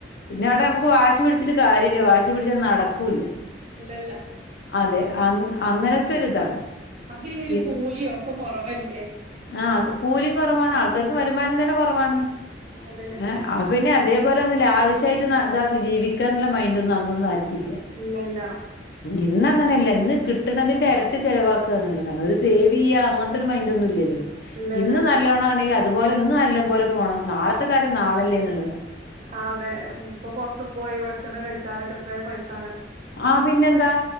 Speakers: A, on the left (about 65°); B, on the right (about 40°).
A: പിന്നാവുടാ
B: അതെ
A: നമുക്ക് വാശി പിടിച്ചിട്ടു കാര്യല്ല വാശി പിടിചാ നടക്കുല്ല
B: ഇല്ലല്ല
A: അതെ അന് അങ്ങനെത്തുരുതാണ്
B: അത് ഇതിന്
A: പി
B: കൂലിയും ഒക്കെ കൊറവല്ലേ
A: അ കൂലിം കൊറവാണ് <unintelligible> വരുമാനം തന്നെ കൊറവാണ്
B: അതെ ഉം
A: എ അത് പിന്നെ അതെ
B: ഉം
A: പോലെ ലാവിഷായിട്ട് നാ ജീവിക്കാന്നുള്ള മൈന്റൊന്നും അന്നൊന്നും ആർക്കും ക്കുല്ല
B: ഇല്ലാ
A: ഇന്നങ്ങനെല്ല ഇന്ന് കിട്ടണത്തിന്റെ എരട്ടി ചെലവാക്കന്നുള്ളതാണ് ഒരു സേവ്യ്യ അങ്ങനത്തൊരു മൈന്റൊന്നുല്ലല്ലോ
B: ഇല്ലല്ലല്ല
A: ഇന്ന് നല്ലോണണെങ്കി അത്പോലെ ഇന്നല്ലമ്പോലെ പോണം നാളത്തെ കാര്യം നാളല്ലേന്ന്ള്ളതാണ്
B: അതെ ഇപ്പ പൊർത്തു പോയി ഭക്ഷണം കഴിച്ചാലൊക്കെത്രെ പൈസ
A: ആ പിന്നെന്താ